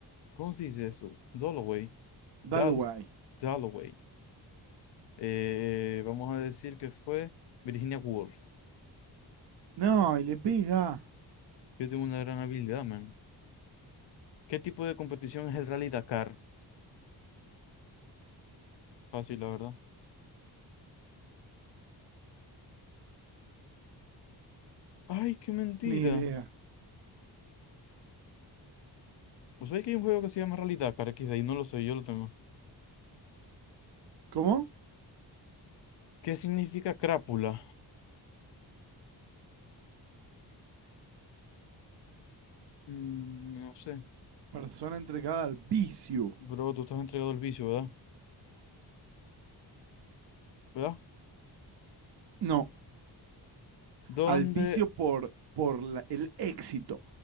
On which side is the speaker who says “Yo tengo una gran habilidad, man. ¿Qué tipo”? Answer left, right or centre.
Left